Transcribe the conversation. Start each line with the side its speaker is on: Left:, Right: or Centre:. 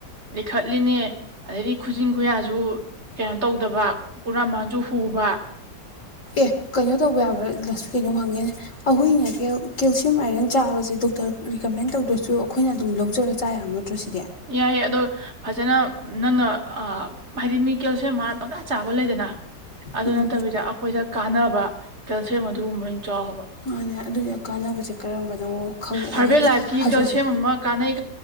Right: ꯂꯤꯈꯠꯂꯤꯅꯦ ꯑꯗꯩꯗꯒꯤ ꯈꯨꯖꯤꯟ ꯈꯨꯌꯥꯁꯨ ꯀꯩꯅꯣ ꯇꯧꯗꯕ ꯀꯨꯔꯥꯃꯥꯟꯁꯨ ꯍꯨꯕ
Left: ꯑꯦ ꯀꯩꯅꯣ ꯇꯧꯕ ꯌꯥꯕ꯭ꯔꯥ ꯂꯁꯁꯨ ꯀꯩꯅꯣ ꯐꯪꯒꯦꯅꯦ ꯑꯩꯈꯣꯏꯅ ꯀꯦꯜꯁꯤꯌꯝ ꯑꯥꯏꯔꯟ ꯆꯥꯕꯁꯦ ꯗꯣꯛꯇꯔ ꯔꯤꯀꯃꯦꯟ ꯇꯧꯗ꯭ꯔꯁꯨ ꯑꯩꯈꯣꯏꯅ ꯑꯗꯨꯝ ꯂꯧꯖꯔ ꯆꯥ ꯌꯥꯝꯅ ꯇꯠꯇ꯭ꯔꯣꯁꯤꯗꯤ
Right: ꯌꯥꯏꯑꯌꯦ ꯑꯗꯣ ꯐꯖꯅ ꯅꯪꯅ ꯍꯥꯏꯗꯤ ꯃꯤ ꯀꯦꯜꯁꯤꯌꯝ ꯋꯥꯠꯂ ꯄꯪꯆꯥ ꯆꯥꯕ ꯂꯩꯗꯅ ꯑꯗꯨ
Left: ꯎꯝ
Right: ꯅꯠꯇꯕꯤꯗ ꯑꯩꯈꯣꯏꯗ ꯀꯥꯟꯅꯕ ꯀꯦꯜꯁꯤꯌꯝ ꯑꯗꯨꯒꯨꯝꯕꯅ ꯆꯥꯎꯕ
Left: ꯑꯗꯨ ꯑꯗꯨꯅꯤ ꯀꯥꯟꯅꯕꯁꯦ ꯀꯔꯝꯕꯅꯣ ꯈꯪꯉꯛꯑꯣ
Right: ꯍꯥꯔꯕꯦꯜ
Left: ꯍꯥꯏꯗꯤ
Right: ꯂꯥꯏꯐꯀꯤ
Left: ꯍꯧꯖꯤꯛꯁꯦ
Right: ꯀꯦꯜꯁꯤꯌꯝ ꯑꯃ ꯀꯥꯟꯅꯩ